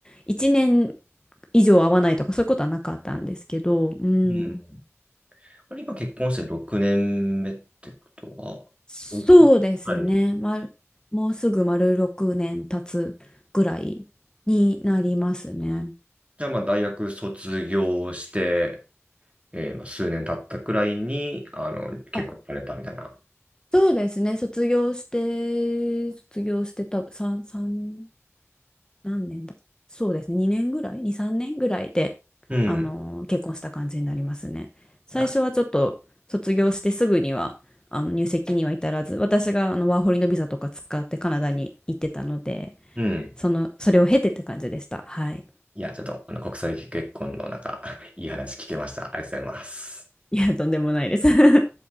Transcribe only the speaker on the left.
1年以上会わないとかそういうことはなかったんですけど、うん、
そうですね。
ま、もうすぐ丸6年経つぐらいになりますね。
あ、そうですね。卒業して、卒業してた、3、三何年だ。そうですね。2年ぐらい ?2、3年ぐらいで、
あのー結婚した感じになりますね。最初はちょっと卒業してすぐには、
あの入籍には至らず、私があのワーホリのビザとか使ってカナダに行ってたので、
その、それを経てって感じでした。はい。
いや、とんでもないです。<laughs>